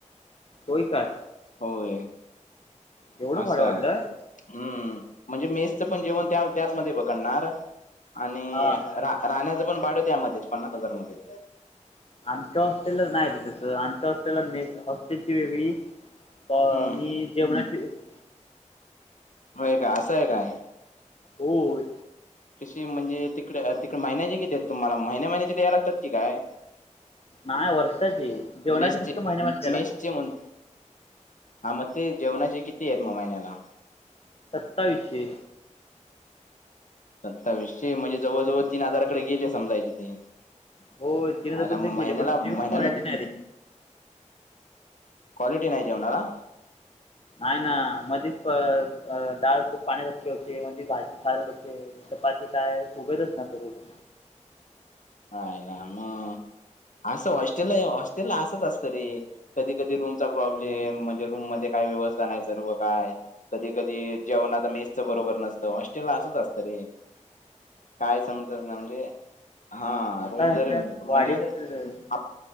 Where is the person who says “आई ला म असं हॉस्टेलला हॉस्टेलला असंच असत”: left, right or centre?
Left